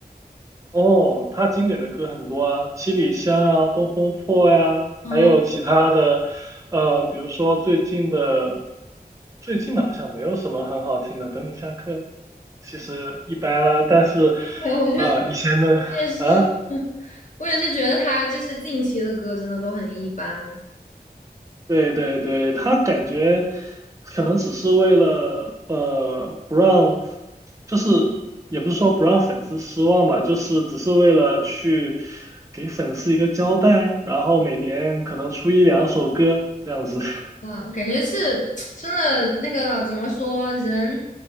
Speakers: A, on the right; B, on the left.
A: 哦，他经典的歌很多啊，《七里香》啊，《东风破》呀，
B: 嗯，
A: 还有其他的，呃，比如说最近的，最近的好像没有什么很好听的，《等你下课》其实一般啦，但是，
B: 对，我觉得
A: 呃，以前的
B: 也是，
A: <laughs> 啊。
B: <laughs> 我也是觉得他就是近期的歌真的都很一般，
A: 对对对，他感觉可能只是为了呃不让，就是也不是说不让粉丝失望吧，就是只是为了去给粉丝一个交代，然后每年可能出一两首歌这样子。<laughs>
B: 哇，感觉是 <tsk> 真的那个怎么说人，